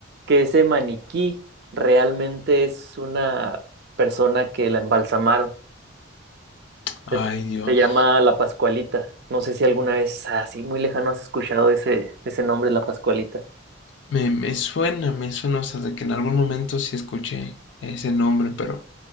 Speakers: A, on the right; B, on the left.
A: que ese maniquí realmente es una persona que la embalsamaron.
B: Ay,
A: Se,
B: Dios.
A: se llama La Pascualita. No sé si alguna vez así muy lejano has escuchado ese, ese nombre, La Pascualita.
B: Me, me suena, me suena, o sea, de que en algún momento sí escuché ese nombre, pero